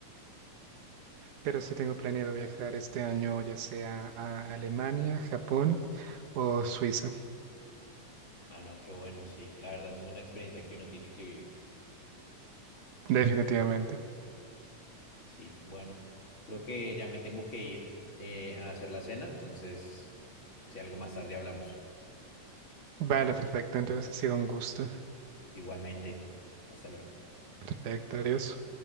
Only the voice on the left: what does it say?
ah, no, qué bueno, sí, la verdad es una experiencia que uno tiene que vivir.
Sí, bueno, creo que ya me tengo que ir eh, a hacer la cena, entonces, si algo más tarde hablamos.
Igualmente, hasta luego.